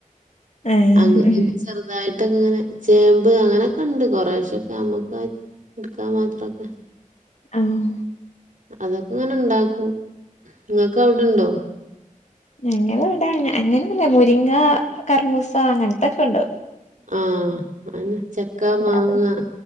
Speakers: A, on the left; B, on the right.
A: ആഹ്
B: അങിനെ ഇ ച് ർ ചെറുതായിട്ടൊക്കങ്ങനെ ചേമ്പ് അങ്ങനെയൊക്കെണ്ട് കുറെേശൊക്കെ നമ്മുക്ക് ഇടുക്കാൻ മാത്രംക്കെ
A: ആഹ
B: അതൊക്കെ ഇങ്ങനെ ഇണ്ടാക്കും നിങ്ങക്ക് അവിടെണ്ടോ
A: ഞങ്ങളവിടെഅങ്ങനെ അങ്ങനല്ലേ മുരിങ്ങ കർമൂസ അങ്ങനത്തൊക്ക് ണ്ടോ
B: ആഹ അഹന്നെ ചക്കാ മാങ്ങ
A: അത്